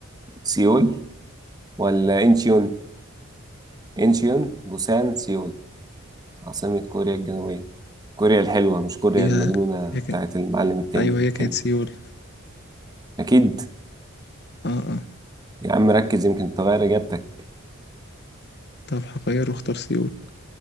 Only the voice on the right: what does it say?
سيول ولا انشيون انشيون بوسان سيول عاصمة كوريا الجنوبية كوريا الحلوة مش كوريا
المجنونة بتاعت
المعلم التاني
كيم
أكيد
يا عم ركز يمكن تغير إجابتك